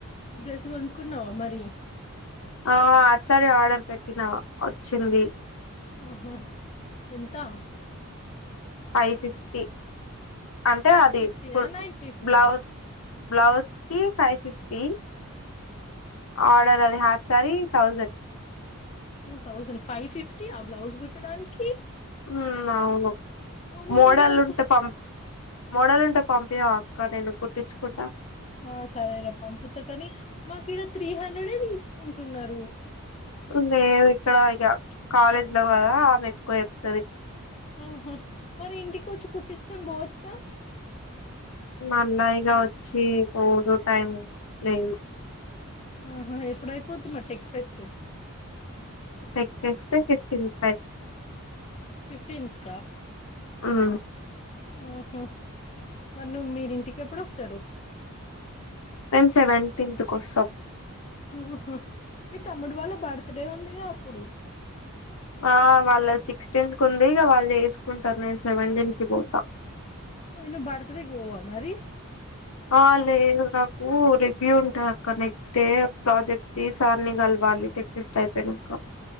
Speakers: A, on the left (about 30°); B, on the left (about 75°).
A: డ్రెస్ కొనుక్కున్నావా మరి
B: ఆ ఆసారి ఆర్డర్ పెట్టినా వచ్చింది
A: ఆఓహో ఎంతా
B: ఫైవ్ ఫిఫ్టీ అంటే
A: ఫైవ్
B: అది
A: ఫిఫ్టీయా నైన్ ఫిఫ్టీయా
B: బ్లౌజ్ బ్లౌస్ కి ఫైవ్ ఫిఫ్టి ఆర్డర్ అది half sari thousand
A: thousand five fifty ఆ బ్లౌజ్ కుట్టడానికి
B: ఉ అవును
A: ఓమో
B: మోడలు
A: మరి అంత
B: ఉంటే పంపిచ్ మోడల్ ఉంటే పంపియవా అక్క నేను కుట్టించుకుంటా
A: ఆ సరేలే పంపుతా కాని మాకు ఇడ త్రీ హండ్రెడ్ ఏ తీసుకుంటు ఉన్నారు
B: కుంది ఇక్కడ ఇక కాలేజ్ లో కదా ఆమె ఎక్కువ చెప్తుది
A: ఆహా మరి ఇంటికి వచ్చి కుట్టించుకొని పోవచ్చు
B: మల్లాయిగా వచ్చి కోడ్ టైం లేదు
A: ఆహా ఎప్పుడయిపోతుంద టేక్ఫెస్ట్
B: టక్స్ టే ఫిఫ్టీ రూపాయల్
A: ఫిఫ్టీన్త్
B: ఆహ
A: ఆహ మరి నువ్ మీర్ ఇంటికి ఎప్పుడు వస్తారు
B: మేమ్ సెవెన్ టిన్త్ కో వస్తామ్
A: ఆహా మీ తమ్ముడు వాళ్ళ బర్త్ డే ఉందిగా అప్పుడు
B: ఆ వాళ్ళ సిక్స్టీన్ కు ఉంది ఇక వాళ్ళు చేసుకు ఉంటారు నేన్ సెవె నటిన్న్ కి పోతా
A: ఏ నువ్వు బర్తడే కి పోవ మరి
B: ఆ లేదు నాకు రివ్యూ ఉంటద్ అక్క నెక్స్ట్ డే ప్రాజెక్ట్ ఈ సార్ని కల్ వాళ్ళు టెకేపెస్టే అయి పేరుగ్గా